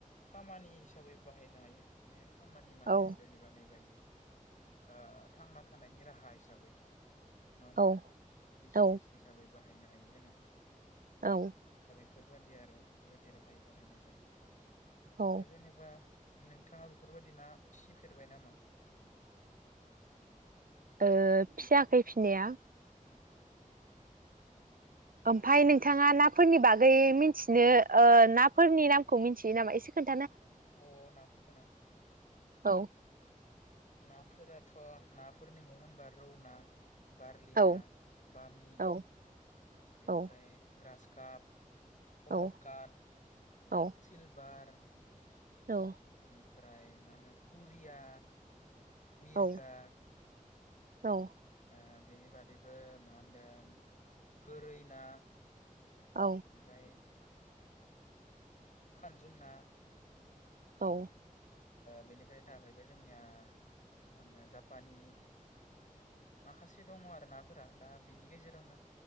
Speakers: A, on the left; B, on the right.
A: खामानि हिसाबै बाहायनो हायो माने। खामानि माने
B: औ
A: जेनेबा नैबायदि ओ थांना थानायनि राहा हिसाबै। नङा होमबा?
B: औ
A: बिजनेस
B: औ
A: हिसाबै। बाहायनो हायो जोङो।
B: औ।
A: बेफोरबायादि आरो बेफोरबायदि राहायाव बाहायनाय जायो।
B: औ
A: दा जेनेबा नोंथाङा बेफोरबायदि ना फिसिफेरबाय नामा?
B: ओ फियाखै फिनाया।
A: उ।
B: ओमफ्राय नोंथाङा ना फोरनि बागै मिथि बि ओ ना फोरनि नामखौ मिन्थियो नामा? एसे खोन्था
A: अ नाफोरखौ ना?
B: औ
A: नाफोराथ नाफोरनि मुं होनबा रौ ना- बारलिना
B: औ
A: बामि
B: औ
A: बेनिफ्राय
B: औ
A: ग्रास काप कमल
B: औ
A: काट
B: औ
A: सिलभार
B: औ
A: -ओमफ्राय माहोनो कुरिया मिरगा
B: औ औ
A: ओ बेनि बादैबो मा होनदों गोरै ना
B: औ
A: ओमफ्राय खानजुं ना
B: औ
A: बेनिफ्राय थाहैबाय जोंनिया मा होनो जापानि माखासे दङ आरोना फोरा दा बिनि गेजेरावनो